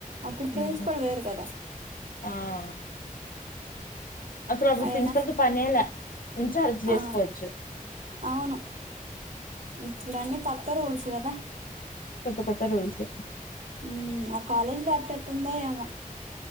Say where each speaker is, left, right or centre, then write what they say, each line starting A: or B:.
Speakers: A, on the right (about 65°); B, on the left (about 80°).
A: అప్పుడు ప్రిన్సిపల్
B: ఉమ్.
A: వేరు కదా
B: ఆ అసలు అప్పుడు
A: ఆయన
B: ప్రిన్సిపల్తో పనేలా ఇంచార్జ్ తొ చేసుకోవచ్చు
A: ఆ అవును ఇప్పుడు అన్ని కొత్త రూల్సు కదా
B: పెద్ద పెద్ద రూల్సు
A: మ్మ్ ఆ కాలేజ్ లో అట్టట్టెట్టుందో ఏమో